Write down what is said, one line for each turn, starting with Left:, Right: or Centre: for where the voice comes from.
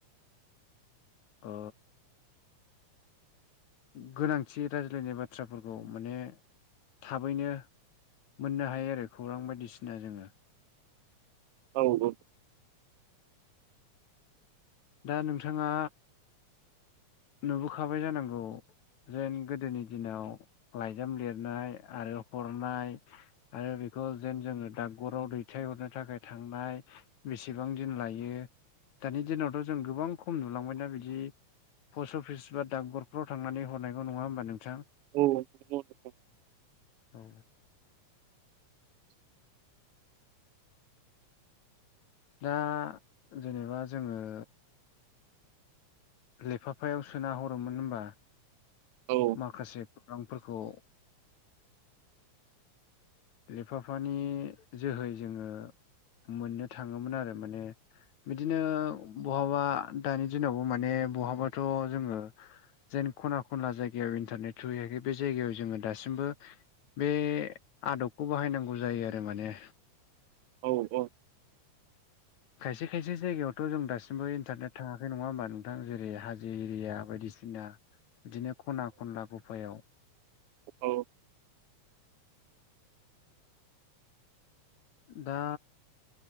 Left: ओ गोनांथि रायज्लायनाय बाथ्राफोरखौ माने थाबैनो मोननो हायो आरो खौरां बायदिसिना जोङो
Right: औ
Left: दा नोंथाङा नुबोखाबाय जानांगौ जेन गोदोनि दिनाव लाइजाम लिरनाय आरो हरनाय आरो बेखौ जेन जोङो डक्राव दैथायहरनो थाखाय थांनाय बेसेबां दिन लायो दानि दिनावथ' जों गोबां खम नुलांबायना बिदि पस्ट अफिस बा डाक्बरफोराव थांनानै हरनायांगौ नङा होमबा नोंथाङा
Right: औ नंगौ नोंथां
Left: औ दा जेनेबा जोङो लेफाफायाव सोना हरोमोन होनबा
Right: औ
Left: माखासे खौरांफोरखौ लेफाफानि जोहै जोङो मोननो थाङोमोन आरो माने बिदिनो बहाबा दानि दिनावबो माने बहाबाथ' जोङो जेन खना खनला जायगायाव इन्टारनेट थ्रुहैयाखै बे जायगायाव जोङो दासिमबो बे आदबखौ बाहायनांगौ जायो आरो माने
Right: औ औ <inaudible>
Left: खायसे खायसे जायगायावथ' जों दासिमबो इन्टारनेट थाङाखै नङा होमबा नोंथां जेरै हाजो एरिया बायदिसिना बिना बिदिनो खना खनला गफायाव
Right: औ
Left: दा